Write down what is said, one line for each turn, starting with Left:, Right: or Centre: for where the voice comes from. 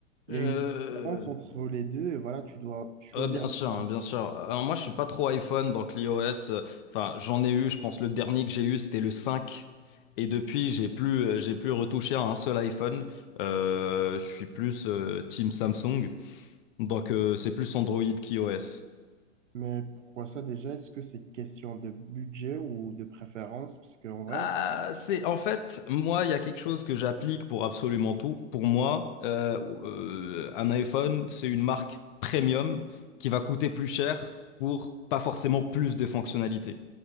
Right: y
Left: euh,
Right: a une différence entre les deux et voilà, tu dois choisir
Left: euh, bien
Right: des
Left: sûr,
Right: termes.
Left: hein, bien sûr. Alors moi, je suis pas trop iPhone, donc l'iOS, euh, enfin, j'en ai eu, je pense le dernier que j'ai eu, c'était le 5. Et depuis, j'ai plus, euh, j'ai plus retouché à un seul iPhone. Euh, je suis plus euh, Team Samsung. Donc, euh, c'est plus Android qu'iOS.
Right: Mais pourquoi ça déjà? Est-ce que c'est question de budget ou de préférence? Parce qu'en vrai,
Left: Ah, c'est en fait, moi, il y a quelque chose que j'applique pour absolument tout. Pour moi, euh, euh, un iPhone, c'est une marque premium qui va coûter plus cher pour pas forcément plus de fonctionnalités.